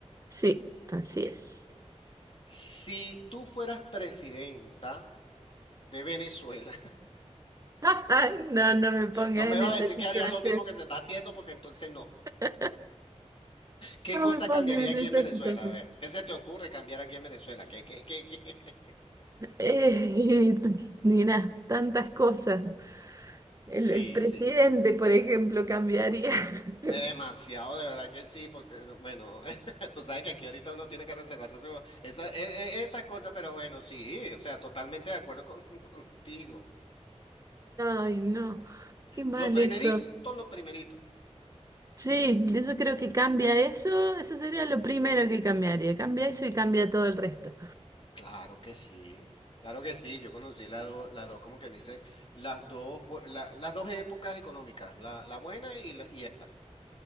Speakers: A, on the right; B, on the left.
A: Sí, así es.
B: Si tú fueras presidenta de Venezuela,
A: <laughs> Ay, no, no me pongas
B: <laughs> no me
A: en
B: vas
A: esa
B: a decir
A: situación.
B: que harías lo mismo que se está haciendo, porque entonces no.
A: <laughs>
B: ¿Qué
A: No
B: cosa
A: me pongas
B: cambiaría
A: en
B: aquí
A: esa
B: en Venezuela?
A: situación.
B: A ver, ¿qué se te ocurre cambiar aquí en Venezuela? ¿Qué, qué, qué, qué? <laughs>
A: Eh, <laughs> Nina, tantas cosas. El,
B: Sí,
A: el presidente,
B: sí.
A: por ejemplo, cambiaría. <laughs>
B: Demasiado, de verdad que sí, porque, bueno, <laughs> tú sabes que aquí ahorita uno tiene que reservarse su- esa, e- e- esa cosa, pero bueno, sí, o sea, totalmente de acuerdo con- <laughs> contigo.
A: Ay, no, qué mal
B: Lo primerito,
A: eso.
B: lo primerito.
A: Sí, yo creo que cambia eso, eso sería lo primero que cambiaría. Cambia eso y cambia todo el resto.
B: Claro que sí, claro que sí, yo conocí las dos, las dos, como quien dice, las dos, bu- la- las dos épocas económicas, la, la buena y, la- y esta.